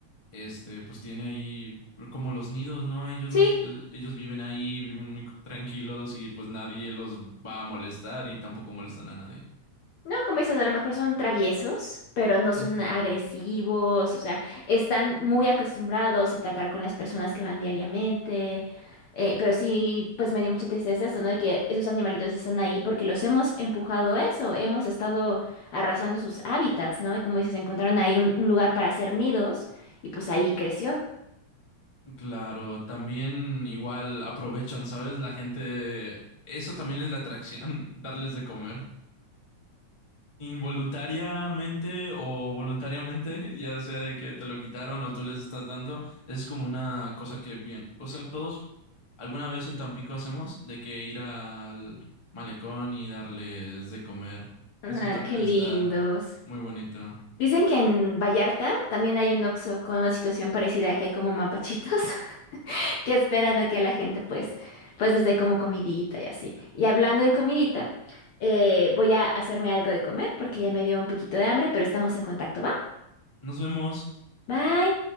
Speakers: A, on the left; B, on the left.
A: este, pues tiene ahí como los nidos, ¿no? A Ellos
B: sí.
A: los, el- ellos viven ahí, viven muy tranquilos y pues nadie los va a molestar y tampoco molestan a nadie.
B: No, como dices, a lo mejor son traviesos, pero no son
A: Ujú.
B: agresivos, o sea, están muy acostumbrados a tratar con las personas que van diariamente. Eh, pero sí, pues me dio mucha tristeza eso, ¿no? De que esos animalitos están ahí porque los hemos empujado a eso, hemos estado arrasando sus hábitats, ¿no? Y como dices, encontraron ahí un un lugar para hacer nidos y pues ahí creció.
A: Claro, también igual aprovechan, ¿sabes? La gente, eso también es la atracción, <laughs> darles de comer. Involuntariamente o voluntariamente, <laughs> ya sea de que te lo quitaron o tú les estás dando, es como una cosa que bien, o sea, todos alguna vez en Tampico hacemos de que ir al malecón y darles de comer.
B: Ah,
A: Eso también
B: qué
A: está
B: lindos.
A: muy bonito.
B: Dicen que en Vallarta también hay un Oxxo con una situación parecida, que hay como mapachitos <laughs> que esperan a que la gente pues, pues desde como comidita y así. Y hablando de comidita, eh, voy a hacerme algo de comer porque ya me dio un poquito de hambre, pero estamos en contacto, ¿va?
A: Nos vemos.
B: Bye.